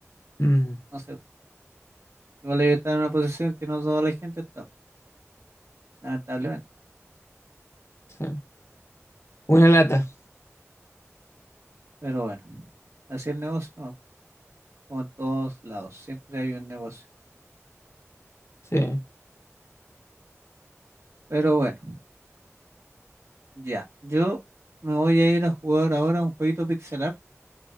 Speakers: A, on the left (about 60°); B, on the right (about 65°).
A: Mm,
B: no sé, igual ellos están en una posición que no toda la gente está, lamentablemente,
A: sí. Una lata.
B: pero bueno, así es el negocio, ¿no? Como en todos lados, siempre hay un negocio.
A: Sí.
B: Pero bueno, ya, yo me voy a ir a jugar ahora un jueguito pixelar,